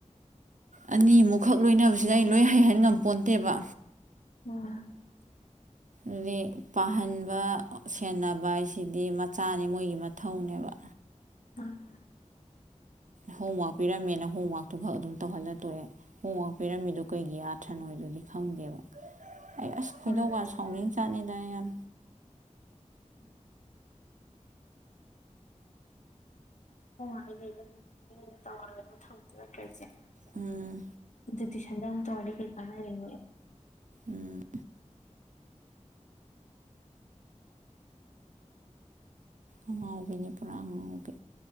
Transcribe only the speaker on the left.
<unintelligible>
<unintelligible>
ꯃꯥꯅꯤ
<inaudible> ꯇꯉꯔꯤꯉꯩ ꯑꯗꯨꯝ <unintelligible> ꯇꯧꯉꯜꯂꯒ <unintelligible> ꯊꯝꯗ <unintelligible> ꯅꯠꯇ꯭ꯔꯔꯤꯁꯦ <unintelligible>
ꯖꯣꯇꯁꯟꯗꯛꯇ ꯇꯧꯔꯗꯤ ꯀꯩ ꯀꯥꯟꯅꯔꯤꯅꯣꯕ